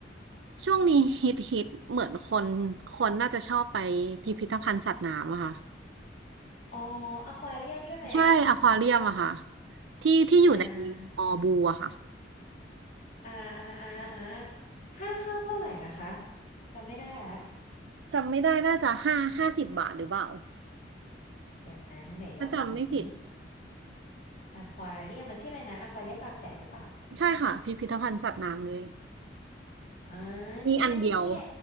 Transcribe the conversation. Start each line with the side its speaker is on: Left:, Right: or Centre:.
Right: ช่วงนี้ฮิตฮิตเหมือนคนคนน่าจะชอบไปพิพิธภัณฑ์สัตว์น้ำอะค่ะ
Left: อ๋ออควาเรียมใช่ไหม
Right: ใช่อควาเรียมอะค่ะที่ที่อยู่ใน
Left: อ่า
Right: มอบูอะค่ะ
Left: อ่าอ่าอ่าอ่าค่าเข้าเท่าไหร่นะคะจำไม่ได้ละ
Right: จำไม่ได้น่าจะห้าห้าสิบบาทหรือเปล่า
Left: เดี๋ยวนะไหนลองดูซิ
Right: ถ้าจำไม่ผิด
Left: อควาเรียมมันชื่ออะไรนะอควาเรียมบางแสนหรือเปล่า
Right: ใช่ค่ะพิพิธภัณฑ์สัตว์น้ำเลย
Left: อ่านี่ไงผู้ใหญ่
Right: มีอันเดียว